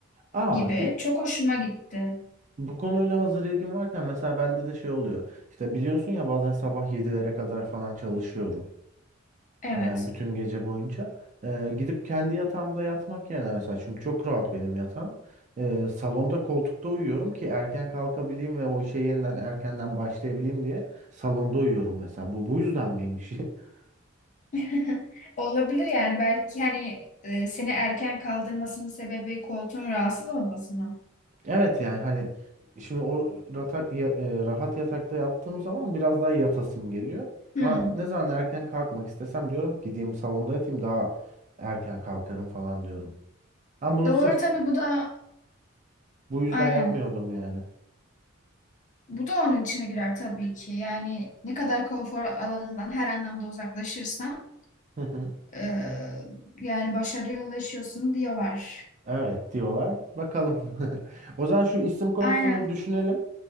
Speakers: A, on the right; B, on the left.
A: Aa,
B: gibi.
A: ge-
B: Çok hoşuma gitti.
A: Bu konuyla hazır ilgin varken mesela bende de şey oluyor. İşte biliyorsun ya bazen sabah yedilere kadar falan çalışıyorum.
B: Evet.
A: Ee, bütün gece boyunca. Ee, gidip kendi yatağımda yatmak yerine mesela çünkü çok rahat benim yatağım. Ee, salonda koltukta uyuyorum ki erken kalkabileyim ve o işe yeniden erkenden başlayabileyim diye salonda uyuyorum mesela. Bu bu yüzden miymiş? <laughs>
B: <laughs> Olabilir yani belki hani e, seni erken kaldırmasının sebebi koltuğun rahatsız olması mı?
A: Evet yani hani şimdi o ratak, ya- e, rahat yatakta yattığım zaman biraz daha yatasım geliyor.
B: Hmm.
A: Ama ne zaman erken kalkmak istesem diyorum ki gideyim salonda yatayım daha erken kalkarım falan diyorum. Ama bunu
B: Doğru
A: sırf
B: tabii bu da
A: bu yüzden
B: aynen.
A: yapmıyordum yani.
B: Bu da onun içine girer tabii ki. Yani ne kadar konfor alanından her anlamda uzaklaşırsan
A: Hı hı.
B: e, yani başarıya ulaşıyorsun diyorlar.
A: Evet diyorlar. Bakalım. <laughs> O zaman şu isim konusunu
B: Aynen
A: düşünelim.